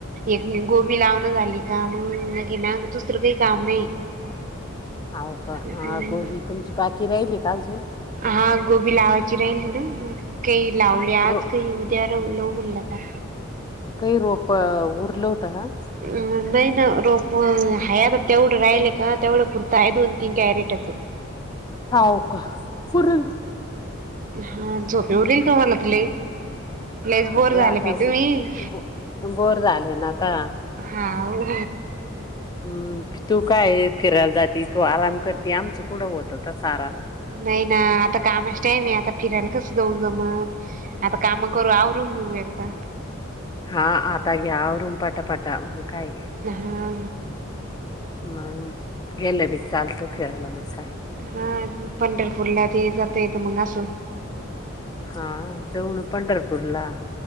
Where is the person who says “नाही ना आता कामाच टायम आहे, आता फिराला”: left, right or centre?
Right